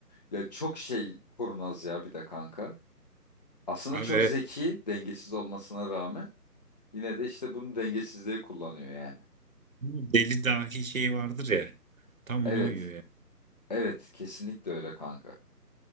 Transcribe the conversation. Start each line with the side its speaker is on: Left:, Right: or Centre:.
Left: Ya çok şey kurnaz ya bir de kanka. Aslında
Right: Abi
Left: çok
Right: evet.
Left: zeki, dengesiz olmasına rağmen yine de işte bunu dengesizliği kullanıyor yani.
Right: Bu deli dahi şey vardır ya. Tam
Left: Evet.
Right: ona uyuyor
Left: Evet, kesinlikle öyle kanka.